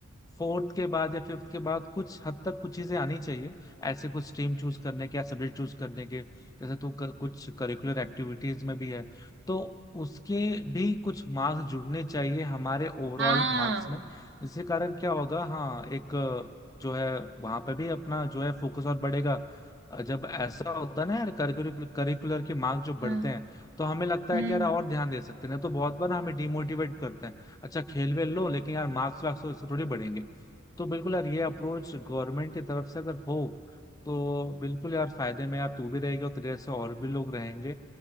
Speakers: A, on the left; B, on the right.
A: फोर्थ के बाद या फिफ्थ के बाद कुछ हद तक कुछ चीजें आनी चाहिए ऐसे कुछ स्ट्रीम चूज करने के या सब्जेक्ट चूज करने के जैसे तू क- कुछ करिकुलर एक्टिविटीज में भी है तो उसके भी कुछ मार्क्स जुड़ने चाहिए हमारे ओवरऑल
B: हाँ
A: मार्क्स में इसके कारण क्या होगा हाँ एक अ, जो है वहां पे भी अपना जो है फोकस और बढ़ेगा अ, जब ऐसा होता है ना यार करिकुलर करिकुलर के मार्क जो बढ़ते
B: हाँ,
A: हैं तो हमें लगता
B: हम्म
A: है कि यार और ध्यान दे सकते हैं नहीं तो बहुत बार हमें डिमोटिवेट करते हैं अच्छा खेल वेल लो लेकिन यार मार्क्स वार्क्स तो इससे थोड़ी बढ़ेंगे तो बिल्कुल यार ये अप्रोच गवर्नमेंट की तरफ से अगर हो तो बिल्कुल यार फायदे में यार तू भी रहेगी और तेरे से और भी लोग रहेंगे